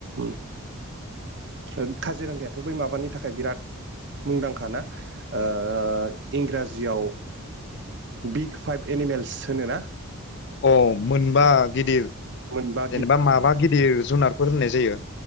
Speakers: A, on the right; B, on the left.
A: उम काजिरगायाथ' बै माबानि थाखाय बिराद मुंदांखा ना ओ इंराजियाव बिग फाइभ एनिमेल्स होनो ना।
B: अ मोनबा गिदिर जेनेबा
A: मोनबा
B: माबा गिदिर जुनारफोर होननाय जायो।